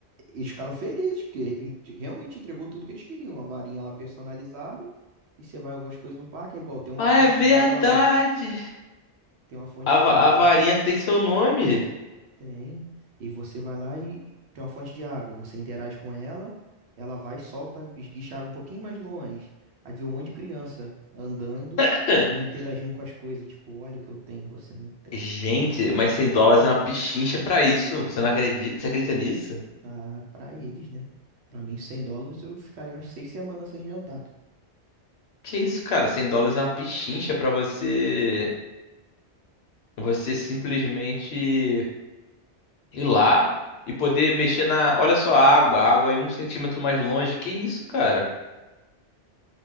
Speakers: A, on the right (about 70°); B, on the left (about 65°).
A: Eles ficaram felizes, porque en- realmente entregou tudo que eles queriam. Uma varinha lá personalizada. E você vai algumas coisas no parque, é igual, tem uma
B: Ah,
A: fonte
B: é verdade!
A: de água lá. Tem uma fonte
B: A,
A: de
B: va-
A: água.
B: a varinha tem seu nome.
A: Tem. E você vai lá e tem uma fonte de água. Você interage com ela, ela vai, e solta, esguicha a água um pouquinho mais longe. Aí vê um monte de criança andando
B: <clears throat>
A: e me interagindo com as coisas. Tipo, olha o que eu tenho, você não
B: <laughs>
A: tem.
B: Gente, mas cem dólares é uma pichincha pra isso. Você não acredita? Você acredita nisso?
A: Ah, pra eles, né? Pra mim, 100 dólares eu ficaria umas seis semanas sem jantar.
B: Que isso, cara? 100 dólares é uma pichincha pra você. Você simplesmente ir lá e poder mexer na. Olha só a água, a água aí um centímetro mais longe. Que isso, cara?